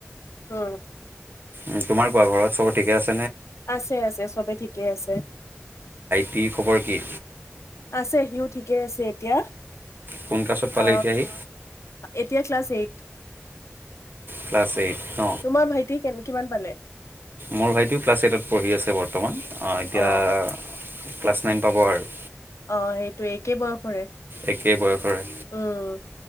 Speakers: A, on the left; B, on the right.
A: উ
B: উম তোমাৰ কোৱা ঘৰত চব ঠিকে আছে
A: আছে আছে চবে ঠিকেই আছে
B: কি খবৰ কি
A: আছে সিও ঠিকে আছে এতিয়া
B: কোন ক্লাছত পালে
A: অ
B: এতিয়া সি
A: এতিয়া ক্লাছ এইট।
B: Class eight. ন
A: তোমাৰ ভাইটি কে কিমান পালে।
B: মোৰ ভাইটিও ক্লাছ এইটত পঢ়ি আছে বৰ্তমান এতিয়া
A: অ
B: ক্লাছ নাইন পাব আৰু
A: আহ সেইটো একে বয়সৰে।
B: একেই বয়সৰে
A: উম,